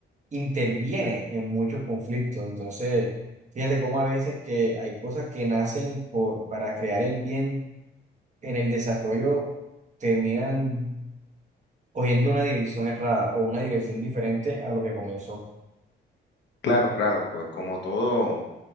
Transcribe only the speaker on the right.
interviene en muchos conflictos, entonces... Fíjate cómo a veces que hay cosas que nacen por, para crear el bien en el desarrollo terminan cogiendo una dirección errada o una dirección diferente a lo que comenzó.